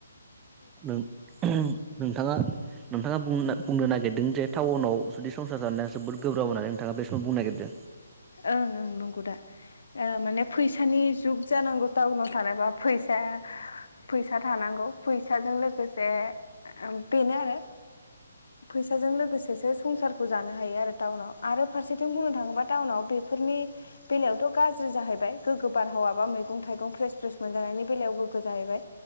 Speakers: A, on the right; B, on the left.
A: नों एहम नोंथाङा नोंथाङा बुंनो बुंनो नागिरदों जे टाउनाव जुदि संसार जानाया जोबोद गोब्राब होननानै नोंथाङा बे समाव बुंनो नागिरदो।
B: ओं ओं नंगौ दा, ओ माने फैसानि जुग जानांगौ टाउनाव थानोबा फैसा- फैसा थानांगौ फैसाजों लोगोसे ओ बेनो आरो। फैसाजों लोगोसेसो संसारखौ जानो हायो आरो टाउनाव आरो फारसेथिं बुंनो थाङोबा टाउनाव बेफोरनि बेलायावथ' गाज्रि जाहैबाय, गोगो बारहावा बा मैगं थाइगं फ्रेस फ्रेस मोनजानाय- नि बेलायाव गोगगो जाहैबाय।